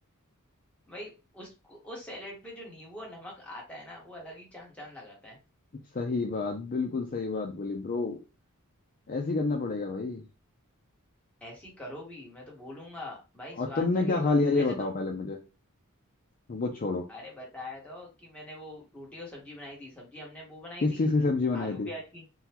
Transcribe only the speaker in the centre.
भाई उस उस सैलेड पे जो नींबू और नमक आता है ना वो अलग ही चांद चांद लगाता है
ऐसी करो भी मैं तो बोलूंगा भाई स्वाद
लगेगा
वैसे
तुम
अरे बताया तो कि मैंने वो रोटी और सब्जी बनाई थी सब्जी हमने वो बनाई
थी
आलू
प्याज की